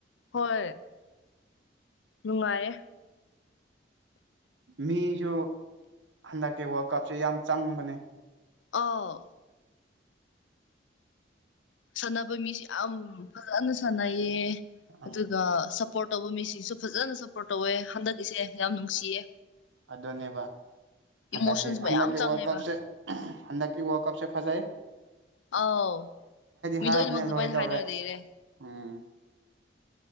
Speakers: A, on the left; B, on the right.
A: ꯍꯣꯏ ꯅꯨꯡꯉꯥꯏꯌꯦ
B: ꯃꯤꯁꯨ ꯍꯟꯗꯛꯀꯤ ꯋꯥꯔꯜ ꯀꯞꯁꯦ ꯌꯥꯝ ꯆꯪꯕꯅꯦ
A: ꯑꯥꯎ ꯁꯥꯟꯅꯕ ꯃꯤꯁ ꯌꯥꯝ ꯐꯖꯅ ꯁꯥꯟꯅꯩꯌꯦ
B: ꯎꯝ
A: ꯑꯗꯨꯒ ꯁꯞꯄꯣꯔꯠ ꯇꯧꯕ ꯃꯤꯁꯤꯡꯁꯨ ꯐꯖꯅ ꯁꯞꯄꯣꯔꯠ ꯇꯧꯋꯦ ꯍꯟꯗꯛꯀꯤꯁꯦ ꯌꯥꯝ ꯅꯨꯡꯁꯤꯌꯦ
B: ꯑꯗꯨꯗꯣꯅꯦꯕ
A: ꯏꯃꯣꯁꯟꯁ
B: ꯍꯟꯗꯛꯀꯤ
A: ꯃꯌꯥꯝ ꯆꯪꯉꯦꯕ
B: ꯋꯥꯔꯜ ꯀꯞꯁꯦ ꯍꯟꯗꯛꯀꯤ ꯋꯥꯔꯜ ꯀꯞꯁꯦ ꯐꯖꯅ
A: ꯑꯥꯎ ꯃꯤ
B: ꯍꯥꯏꯕꯅꯦ
A: ꯂꯣꯏꯅꯃꯛ ꯑꯗꯨꯃꯥꯏꯅ
B: ꯂꯣꯏꯗꯧꯔꯦ
A: ꯍꯥꯏꯅꯕꯅꯤꯅꯦ
B: ꯎꯝ